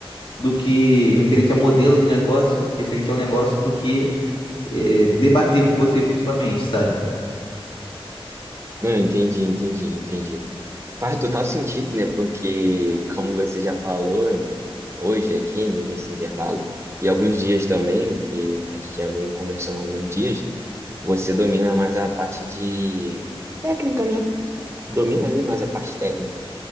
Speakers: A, on the left (about 60°); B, on the right (about 25°).
A: do que referente a modelo de negócio, referente ao negócio, do que é, debater com você efetivamente, sabe?
B: Não, entendi, entendi, entendi. Faz total sentido, né? Porque, como você já falou, né? Hoje aqui, né, nesse intervalo, e alguns dias também, que a gente já vem conversando há alguns dias, você domina mais a parte de técnica, né? Domina ali mais a parte técnica.